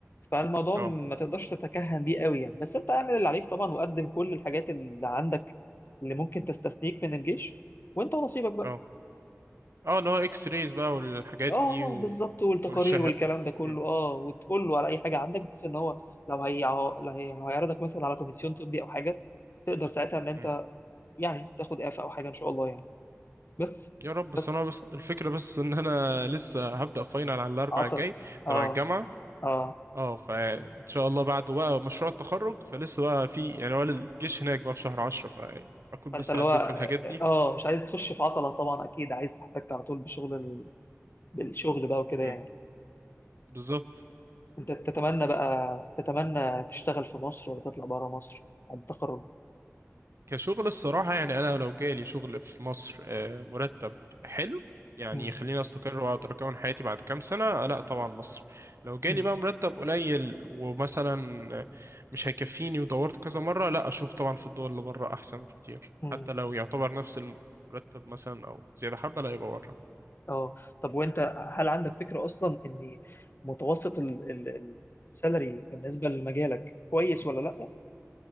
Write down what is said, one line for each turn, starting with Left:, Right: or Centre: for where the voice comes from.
Left: فالموضوع
Right: اه
Left: ما تقدرش تتكهن بيه قوي يعني بس انت اعمل اللي عليك طبعا وقدم كل الحاجات اللي عندك اللي ممكن تستثنيك من الجيش وانت ونصيبك بقى
Right: اه اه اللي هو اكس رايز بقى والحاجات
Left: اه
Right: دي و...
Left: بالظبط والتقارير
Right: والشه
Left: والكلام ده كله
Right: مم.
Left: اه وتقول له على اي حاجه عندك بحيث ان هو لو هي لو هي- لو هيعرضك مثلا على كوميسيون طبي او حاجه تقدر ساعتها ان انت
Right: مم.
Left: يعني تاخد اعفاء او حاجه ان شاء الله يعني بس
Right: يا رب بس
Left: بس
Right: انا بس الفكرة بس ان انا لسه هبدأ فاينل على الاربع
Left: عطل
Right: الجاي تبع
Left: اه
Right: الجامعة
Left: اه
Right: اه فان شاء الله بعده بقى مشروع التخرج فلسه بقى في يعني هو الجيش هناك بقى في شهر عشرة فاكون
Left: فانت
Right: بس
Left: اللي
Right: عديت
Left: هو
Right: من الحاجات دي
Left: اه مش عايز تخش في عطلة طبعا اكيد عايز تحتك على طول بشغل ال... بالشغل بقى وكده
Right: مم.
Left: يعني
Right: بالظبط
Left: انت تتمنى بقى تتمنى تشتغل في مصر ولا تطلع بره مصر بعد التخرج
Right: كشغل الصراحة يعني أنا لو جالي شغل في مصر آه، مرتب حلو يعني
Left: مم.
Right: يخليني أستقر وأقدر أكون حياتي بعد كام سنة آه، لا طبعا مصر لو جالي
Left: مم.
Right: بقى مرتب قليل ومثلا آه، مش هيكفيني ودورت كذا مرة لا أشوف طبعا في الدول اللي بره أحسن بكتير
Left: مم.
Right: حتى لو يعتبر نفس المرتب مثلا أو زيادة حبة لا يبقى بره
Left: اه طب وانت هل عندك فكرة اصلا ان متوسط ال... ال... السالري بالنسبة لمجالك كويس ولا لا